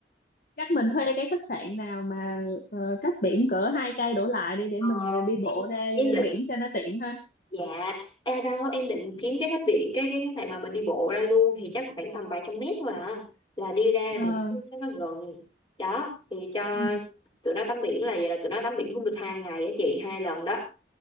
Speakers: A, on the left; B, on the left.
A: chắc mình thuê cái khách sạn nào mà ờ, cách biển cỡ hai cây đổ lại đi để
B: Ờ,
A: mình đi bộ
B: em
A: ra
B: em định
A: biển cho nó tiện ha
B: Dạ, à đâu em định kiếm cái khách bị cái cái cái này mà mình đi bộ ra luôn thì chắc khoảng tầm vài trăm mét thôi à. Là đi ra
A: Ờ,
B: thì cái- nó gần. Đó, thì cho
A: ừ.
B: tụi nó tắm biển là vậy là tụi nó tắm biển cũng được hai ngày á chị, hai lần đó.